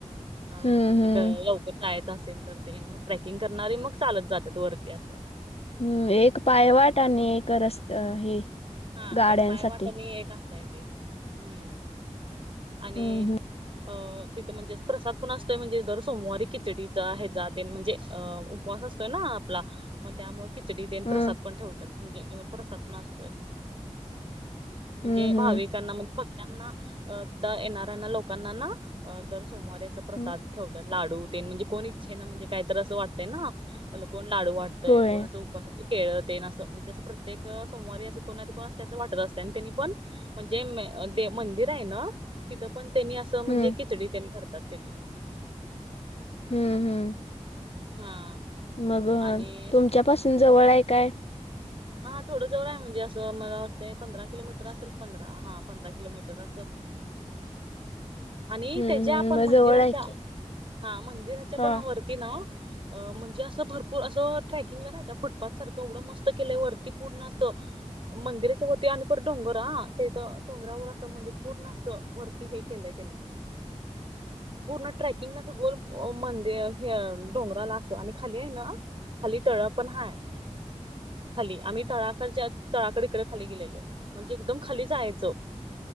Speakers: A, on the right; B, on the left.
A: <inaudible> अ म
B: हम्म
A: म्हणजे
B: हम्म
A: लवकर जायचं असेल तर तेन मग ट्रेकिंग करणारी मग चालत जात्यात वरती असं.
B: हम्म एक पायवाट आणि एक रस्त हे
A: हा
B: गाड्यांसाठी
A: एक पाय वाट आणि एक असं आहे ते हम्म. आणि
B: हम्म हम्म
A: अ तिथं म्हणजे असं प्रसाद पण अस तर म्हणजे दर सोमवारी खिचडीचा हेजा तें म्हणजे अ उपवास असतोय ना आपला. मग त्यामुळं खिचडी तेन
B: हम्म
A: प्रसाद पण ठेवतात म्हणजे प्रसाद पण असतोय. म्हणजे
B: हम्म
A: भाविकांना
B: हम्म
A: मग भक्तांना अ आता येणाऱ्यांना लोकांना ना दर सोमवारी असं प्रसाद
B: हम्म.
A: ठेवतात लाडू तेन म्हणजे कोण इच्छेनं म्हणजे काहीतर असं वाटते ना, मग कोण लाडू वाट ते
B: होय
A: कोण असं उपवासाची केळ तेन असं म्हणजे असं प्रत्येक सोमवारी असं कोण ना कोण असं काहीतर वाटतं असतंय. आणि त्यांनी पण म्हणजे ते मंदिर आहे ना, तिथे पण त्यांनी असं म्हणजे
B: हम्म
A: खिचडी तेन करतात तेंनी.
B: हम्म हम्म.
A: हा.
B: मग
A: आणि
B: तुमच्यापासून जवळ आहे काय
A: हा थोडं जवळ आहे म्हणजे असं मला वाटतंय पंधरा किलोमीटर असेल. पंधरा हा पंधरा किलोमीटर असेल. आणि
B: हम्म
A: त्याच्या
B: हम्म
A: आपण
B: मग
A: मंदिराच्या
B: जवळ आहे की
A: हा मंदिराच्या
B: हा
A: पण वरती ना, अ म्हणजे असं भरपूर असं ट्रॅकिंगला नाही का फुटपाथ सारखं एवढं मस्त केलं वरती पूर्ण असं. मंदिराच्या वरती आणि परत डोंगर हा त्याथं डोंगरावर असं म्हणजे पूर्ण अस वरती हे केलय. <inaudible> पूर्ण ट्रेकिंगला अस गोल मंदिर डोंगराला असं, आणि खाली आहे ना. खाली तळा पण हाय खाली आम्ही तळाकडच्या तळाकड इकडे खाली गेलेलो. म्हणजे एकदम खाली जायचं.